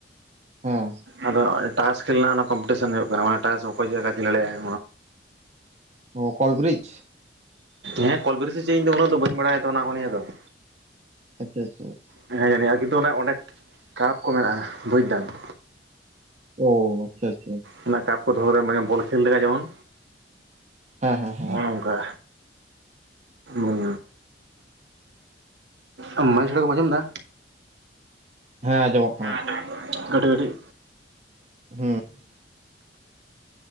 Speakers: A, on the right; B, on the right.
A: ᱦᱮᱸ
B: ᱟᱫᱚ ᱴᱟᱥ ᱠᱷᱮᱞ ᱨᱮᱱᱟᱜ ᱚᱱᱟ ᱠᱚᱢᱯᱤᱴᱤᱥᱚᱱ ᱦᱩᱭᱩᱜ ᱠᱟᱱᱟ, ᱢᱟᱱᱮ ᱴᱟᱥ ᱚᱠᱚᱭ ᱪᱮᱫ ᱞᱮᱠᱟ ᱠᱷᱮᱞ ᱫᱟᱲᱮᱭᱟᱜᱼᱟᱭ᱾
A: ᱚ ᱠᱚᱞᱰᱨᱤᱡ?
B: ᱦᱮᱸ ᱠᱚᱞᱵᱮᱨᱤᱡ ᱥᱮᱤ ᱪᱮᱫ ᱤᱧ ᱫᱚ ᱩᱱᱟᱹᱜ ᱫᱚ ᱵᱟᱹᱧ ᱵᱟᱲᱟᱭᱟ ᱛᱚ ᱚᱱᱟ ᱠᱚ ᱱᱤᱭᱟᱹ ᱫᱚ ᱾
A: ᱟᱪᱪᱷᱟ ᱟᱪᱪᱷᱟ ᱾
B: ᱦᱮᱸ ᱡᱟᱹᱱᱤᱡ ᱠᱤᱱᱛᱩ ᱚᱸᱰᱮ ᱠᱟᱯ ᱠᱚ ᱢᱮᱱᱟᱜᱼᱟ ᱵᱩᱡ ᱫᱟᱢ ᱾
A: ᱚ᱾ ᱟᱪᱪᱷᱟ ᱟᱪᱪᱷᱟ
B: ᱚᱱᱟ ᱠᱟᱯ ᱠᱚ ᱫᱚᱦᱚ ᱨᱮ ᱢᱟᱱᱮ ᱵᱚᱞ ᱠᱷᱮᱞ ᱞᱮᱠᱟ ᱡᱮᱢᱚᱱ,
A: ᱦᱮᱸ ᱦᱮᱸ ᱦᱮᱸ
B: ᱚᱱᱚ ᱚᱝ ᱠᱟ, ᱩᱸᱻ ᱟᱢ ᱢᱟᱹᱭᱤᱠ ᱥᱟᱲᱮ ᱠᱚᱢ ᱟᱸᱡᱚᱢ ᱫᱟ?
A: ᱦᱮᱸ ᱟ ᱡᱚᱢᱚᱜ
B: ᱠᱟᱹᱴᱤᱡ ᱠᱟᱹᱴᱤᱡ,
A: ᱦᱩᱸ